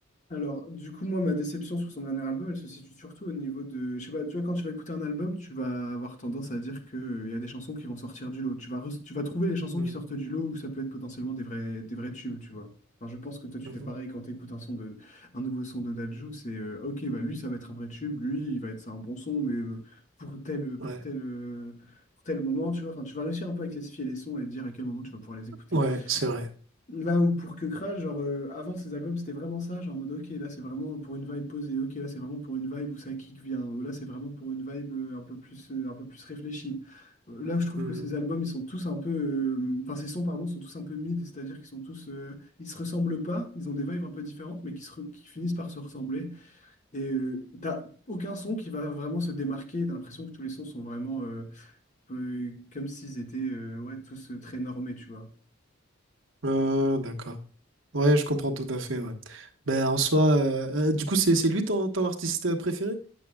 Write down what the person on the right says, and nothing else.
Mhm.
Mhm.
Ouais,
ouais, c'est vrai.
Mhm.
Euh, d'accord. Ouais, je comprends tout à fait, ouais. Ben en soi, euh, euh, du coup, c'est c'est lui ton, ton artiste euh, préféré?